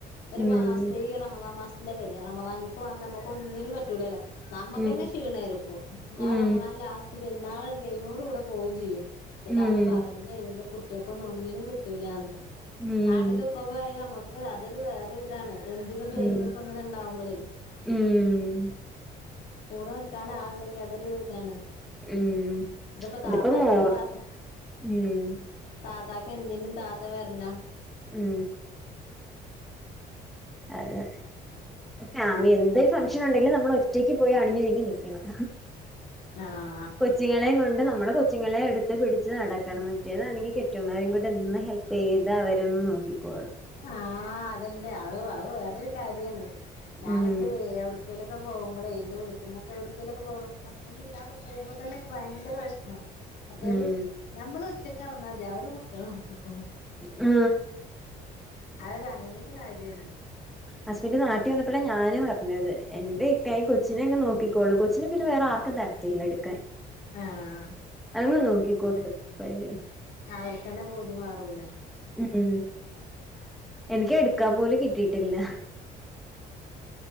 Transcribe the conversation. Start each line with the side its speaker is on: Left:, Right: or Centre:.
Left: ഒരു
Centre: ഉം
Left: മാസത്തെ ഈ റമളാ മാസത്തെ ഇല്ല പേര് റമലാനിക്ക് വന്ന നമുക്ക് ഒന്നിനും പറ്റൂലല്ലോ നമ്മ്ക്കന്നെ
Centre: ഉം
Left: ക്ഷീണയിരിക്കും
Centre: ഉം
Left: ആ റമനാൻ ലാസ്റ്റ് പെരുന്നാൾ ണ്ട് കായ്നോട് കൂടെ പോവുക്കും ചെയ്യും
Centre: ഉം
Left: താത്ത പറഞ്ഞഴിന്റെ കുട്ടികൾക്ക ഒന്നും ഒന്നിനും കിട്ടൂല്ലന്ന്
Centre: ഉം
Left: നാട്ടില അപ്പ നമുക്ക് അതൊരു വേറൊരി ഇതാണ് എന്തിനന് പേര്ന്ന്
Centre: ഉം
Left: ഇപ്പ ഇങ്ങനെ ഉണ്ടാവുമ്പോളേ
Centre: ഉം
Left: കൂടെ നിക്കാൻ ആളുണ്ടെങ്കി അതൊരു ഇതാണ്.
Centre: ഉം
Left: ദപ്പതാത്തക്ക്
Centre: ഇതിപ്പോ മോ
Left: ഇണ്ട് താത്ത
Centre: ഉം
Left: താത്തക്ക് എന്തിനും താത്ത വരണം
Centre: മ് അഹ് ഫാമിലി എന്തരു ഫംഗ്ഷൻ ഉണ്ടെങ്കിലും നമ്മൾ ഒറ്റയ്ക്ക് പോയി അണിഞ്ഞൊഴങ്ങി നിക്കണം.
Left: ആഹ
Centre: കൊച്ചിങ്ങളെ കൊണ്ട് നമ്മള് കൊച്ചിങ്ങളെ എടുത്ത് പിടിച്ച് നടക്കണം. മറ്റേതാണെങ്കിൽ കെട്ടിയൊൻ കൊണ്ട് ഹെൽ പെയ്താ അവരൊന്ന നോക്കിക്കോളും
Left: ആഹ അതന്നെ അ അതൊരു വേറരു കാര്യാണ് ഞാനൊക്കെ
Centre: ഉം
Left: എവിടെ ഇടുക്കലൊക്കെ പോകുമ്പളേ ഇൻ്റെ വീട്ടിൽ ന്നെക്കെ എവിടുക്കേലെക്കെ പോണെ ഹസ്ബൻഡ് ഇല്ലാതെ പോകുമ്പോ തന്നെ ഭയങ്കര വിഷമമാണ് മറ്റേത്
Centre: ഉം
Left: നമ്മൾ ഒറ്റക്ക്ടന്നാൽ മതി അവരെ കുട്ടികളെ നോക്കിക്കോളും
Centre: മ്
Left: അത് അങ്ങനെയൊരു കാര്യാണ്
Centre: ഹസ്ബൻഡറ് നാട്ടി വന്നപ്പോഴാണ് ഞാനും അറഞ്ഞത്. എന്റെ ഇക്കായ കൊ കൊച്ചിനെങ്ങെ നോക്കിക്കോളൂ കൊച്ചിനെ പിന്നെ വേറെ ആർക്കും തരത്തില്ല എടുക്കാൻ
Left: ആഹ്
Centre: അങ്ങനോ <unintelligible>
Left: രാവിലെ തെന്നെ പൂതി മാറൂല
Centre: മ് എനിക്ക് എടുക്കാൻ പോലും കിട്ടിയിട്ടില്ല.